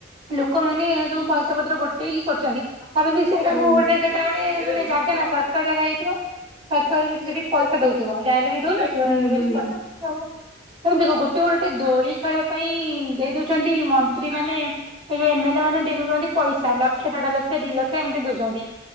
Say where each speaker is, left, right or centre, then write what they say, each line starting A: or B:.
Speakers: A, on the right; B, on the left.
A: ଲୋକମାନେ ଏସବୁ ପଇସାପତ୍ର ଗୋଟେଇକି କରିଛନ୍ତି। ତା ପରେ ବି ସେଇଟାକୁ
B: ହୁଁ
A: ଗୋଟେ ସେଟା ଗୋଟେ ମାନେ ଜାଗା ନା ଶସ୍ତା ଜାଗା ହେଇଥିବ ଶସ୍ତା ସେଠି ପଇସା ଦଉଥିବ। ଯାହା ହେଲେ ବି ଦଉନଥିବ
B: ହୁଁ
A: ଇନଭେଷ୍ଟ
B: ହୁଁ ହୁଁ।
A: କରିଛନ୍ତି ସବୁ। ତାଙ୍କୁ ଦେଖ ଗୋଟେ ଗୋଟେ ଦୋଳି ଖେଳ ପାଇଁ ଦେଇ ଦଉଛନ୍ତି ମନ୍ତ୍ରୀ ମାନେ ଏ ଯୋଉ ଏମେଲେ ମାନେ ଦେଇ ଦଉଛନ୍ତି ପଇସା। ଲକ୍ଷ ଦେଢ ଲକ୍ଷ ଦି ଲକ୍ଷ ଏମିତି ଦଉଛନ୍ତି।